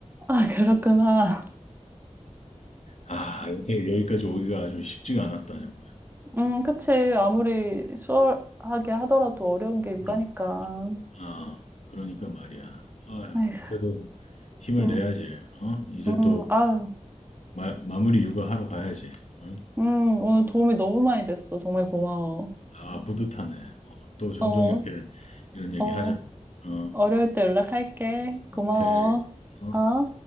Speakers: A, on the right; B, on the left.
A: 아, 그렇구나.
B: 아, 여태 여기까지 오기가 아주 쉽지가 않았다, 정말.
A: 음, 그치. 아무리 수월하게 하더라도 어려운 게 육아니까.
B: 음. 아, 그러니까 말이야. 아휴,
A: 아이고,
B: 그래도 힘을
A: 음,
B: 내야지. 어? 이제
A: 음,
B: 또
A: 아유.
B: 마, 마무리 육아하러 가야지. 어?
A: 음, 오늘 도움이 너무 많이 됐어. 정말 고마워.
B: 아, 뿌듯하네. 어, 또 종종
A: 어,
B: 이렇게 이런 얘기
A: 어,
B: 하자. 어,
A: 어려울 때 연락할게.
B: 오케이.
A: 고마워.
B: 어?
A: 어?